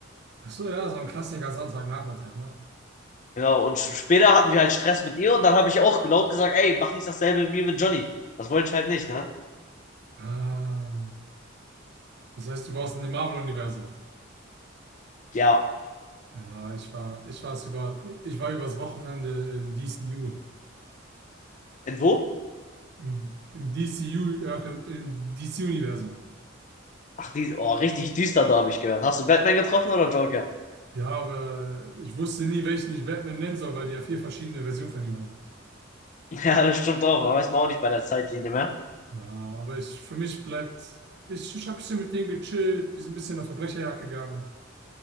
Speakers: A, on the right; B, on the left.
A: Achso, ja, so ein Klassiker Sonntagnachmittag, ne?
B: Genau, und sch- später hatten wir halt Stress mit ihr und dann habe ich auch laut gesagt, ey, mach nicht dasselbe mit mir mit Johnny. Das wollte ich halt nicht, ne?
A: Ah, das heißt, du warst in dem Marvel-Universum.
B: Ja,
A: Ja, ich war, ich war über, ich war übers Wochenende im DCU.
B: In wo?
A: Im, im DCU, ja, im, im DC-Universum.
B: Ach, die, oh, richtig düster da habe ich gehört. Hast du Batman getroffen oder Joker? <laughs>
A: Ja, aber ich wusste nie, welchen ich Batman nennen soll, weil die ja vier verschiedene Versionen von ihm haben.
B: Ja, das stimmt auch. Da weiß man auch nicht bei der Zeitlinie mehr.
A: Ja, aber ich, für mich bleibt, ich, ich habe bisschen mit denen gechillt, wir sind ein bisschen auf Verbrecherjagd gegangen.